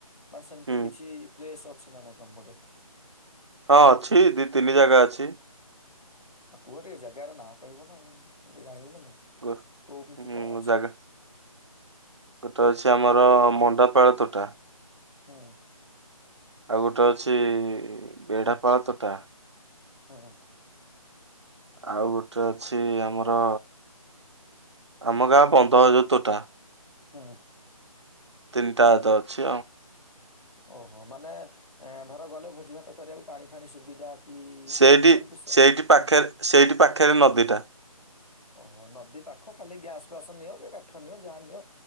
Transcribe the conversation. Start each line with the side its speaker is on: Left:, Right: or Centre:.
Left: ବାସ ସେମିତି
Right: ହୁଁ
Left: କିଛି ପ୍ଲେସ ଅଛି ନା ନାଇଁ ତମପଟେ।
Right: ହଁ ଅଛି ଦି ତିନି ଜାଗା ଅଛି।
Left: ଆଉ କୁହ ଟିକେ ଜାଗାର ନା କହିବ ନା ଆଉ ଆମେ ଟିକେ ଜାଣିବୁ ନାଇ
Right: ଗୋ
Left: କୋଉମିତି
Right: ହୁଁ
Left: କଣ ଅଛି।
Right: ଜାଗା ଗୋଟେ ଅଛି ଆମର ମଣ୍ଡାପାଳ ତୋଟା।
Left: ହୁଁ।
Right: ଆଉ ଗୋଟେ ଅଛି ବେଢାପାଳ ତୋଟା।
Left: ହୁଁ ଉଁ।
Right: ଆଉ ଗୋଟେ ଅଛି ଆମର ଆମ ଗାଁ ବନ୍ଧ ଯେଉ ତୋଟା।
Left: ହୁଁ।
Right: ତିନିଟା ତ ଅଛି ଆଉ।
Left: ଓହୋ ମାନେ ଧର ଗଲେ ଭୋଜି ଭାତ କରିବାକୁ ପାଣି ଫାଣି ସୁବିଧା କି
Right: ସେଇଠି
Left: ଏମିତି ସ
Right: ସେଇଠି ପାଖରେ
Left: ହୁଁ
Right: ସେଇଠି ପାଖରେ ନଦୀଟା।
Left: ଓହୋ ନଦୀ ପାଖ ଖାଲି ଗ୍ୟାସ ଫ୍ୟାସ ନିଅ କି କାଠ ନିଅ ଯାହା ନିଅ